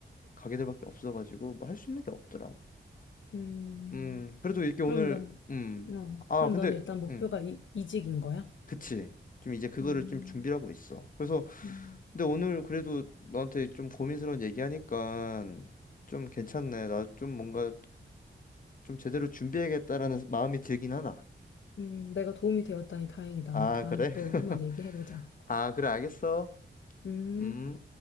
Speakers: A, on the left; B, on the left.
A: 가게들밖에 없어가지고 뭐 할 수 있는 게 없더라고.
B: 응,
A: 음, 그래도 이렇게
B: 그럼
A: 오늘
B: 넌,
A: 음,
B: 어,
A: 아
B: 그럼
A: 근데
B: 넌 일단 목표가
A: 음,
B: 이, 이직인 거야?
A: 그치. 좀 이제 그거를
B: 음,
A: 좀 준비를 하고 있어. 그래서
B: 음,
A: 근데 오늘 그래도 너한테 좀 고민스러운 얘기하니까 좀 괜찮네. 나 좀 뭔가 좀 제대로 준비해야겠다라는 마음이 들긴 하나.
B: 음, 내가 도움이 되었다니 다행이다.
A: 아,
B: 우리 다음에
A: 그래?
B: 또
A: <laughs>
B: 한번 얘기해보자.
A: 아, 그래 알겠어.
B: 음.
A: 음.